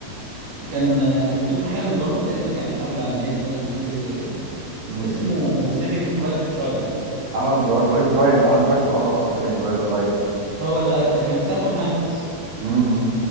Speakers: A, on the right (about 65°); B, on the right (about 80°).
A: كان كان فيلم حربي برضو تقريبا كان الحرب العالمية التانية أو حاجة زي كده
B: امم
A: اسمه سيفنج برايفت رايان
B: اه برايفت رايان اه انا فاكره اه اه سيفنج برايفت
A: هو ده كان بتاع توم هانكس
B: رايان